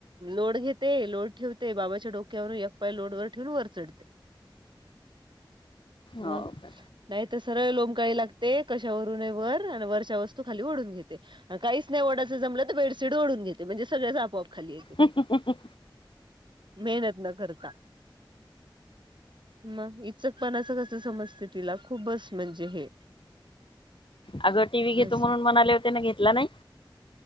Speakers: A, on the right (about 65°); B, on the left (about 75°).
A: लोड घेते. लोड ठेवते बाबाच्या डोक्यावरून, एक पाय लोड वर ठेवून वर चडते.
B: हो
A: म.
B: का
A: नाय तर सरळ लोमकाळी लागते, कशावरूनही वर आणि वरच्या वस्तू खाली वडून घेते. आणि काहीच नाही ओढायचं जमलं तर बेडशीट ओढून घेते, म्हणजे सगळच आपोआप खाली येतं.
B: हहहहहह.
A: मेहनत न करता म. चकपणा अस कस समजते, तिला खूपच म्हणजे हे.
B: आगं टीव्ही घेतो
A: असं
B: म्हणून म्हणाले होते ना, घेतला नाही.